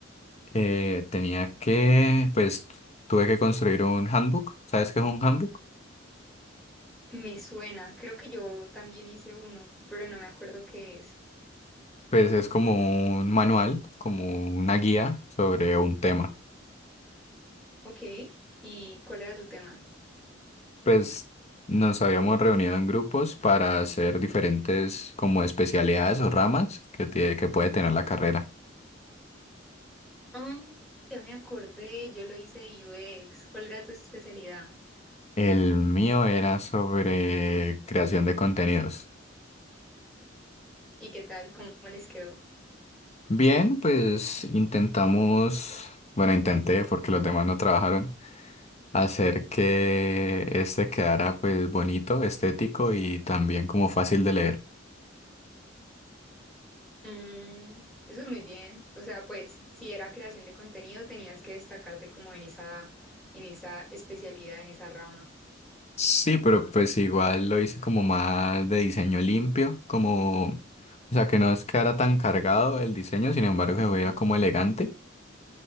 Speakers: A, on the left; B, in the centre.
A: Eh, tenía que, pues tuve que construir un handbook. ¿Sabes qué es un handbook?
B: Me suena, creo que yo también hice uno, pero no me acuerdo qué es.
A: Pues es como un manual, como una guía sobre un tema.
B: Ok, ¿y cuál era tu tema?
A: Pues nos habíamos reunido en grupos para hacer diferentes como especialidades o ramas que, tie- que puede tener la carrera.
B: Ah, ya me acordé, yo lo hice de U X. ¿cuál era tu especialidad?
A: El mío era sobre creación de contenidos.
B: ¿Y qué tal? ¿Cómo les quedó?
A: Bien, pues intentamos, bueno, intenté porque los demás no trabajaron, hacer que este quedara pues bonito, estético y también como fácil de leer.
B: Mm, eso es muy bien. O sea, pues si era creación de contenido, tenías que destacarte como en esa, en esa especialidad, en esa rama.
A: Sí, pero pues igual lo hice como más de diseño limpio, como, o sea, que no es que era tan cargado el diseño, sin embargo, se veía como elegante